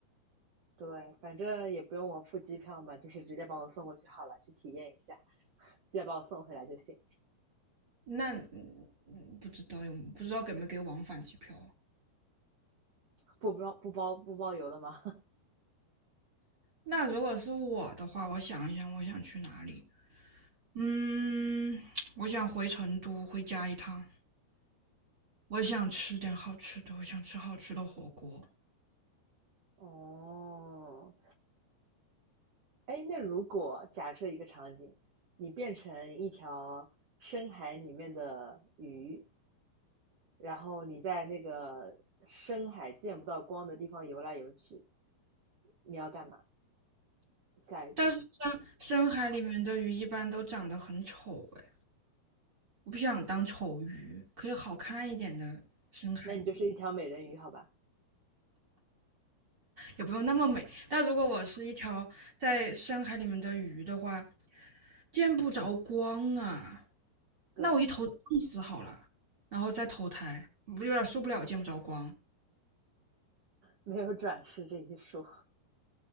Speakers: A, on the right (about 70°); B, on the right (about 30°).
A: 对，反正也不用我付机票嘛，就是直接把我送过去好了，去体验一下，直接把我送回来就行，
B: 那嗯不知道有不知道给没给往返机票啊
A: 不包不包不包邮的吗？
B: 那如果是我的话，我想一想，我想去哪里？嗯，<tsk> 我想回成都，回家一趟。我想吃点好吃的，我想吃好吃的火锅。
A: <laughs> 哦，哎，那如果假设一个场景，你变成一条深海里面的鱼，然后你在那个深海见不到光的地方游来游去，你要干嘛？下一步，
B: 但是像深海里面的鱼一般都长得很丑哎，我不想当丑鱼，可以好看一点的深海鱼吗
A: 那你就是一条美人鱼，好吧？
B: 也不用那么美。但如果我是一条在深海里面的鱼的话，见不着光啊，
A: 对，
B: 那我一头撞死好了，然后再投胎，我不有点受不了见不着光
A: 没有转世这一说。